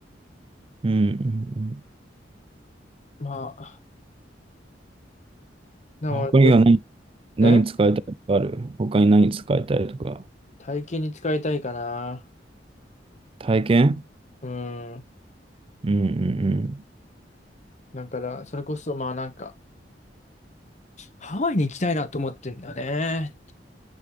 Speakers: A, on the right; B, on the left.
A: うん。うん
B: まあ、でも、
A: 他には何、
B: よ、
A: 何使いたいとかある他に何使いたいとか。
B: え体験に使いたいかな。
A: 体験
B: うん。
A: うんうん
B: だから、それこそまあなんか、ハワイに行きたいなと思ってんだよね。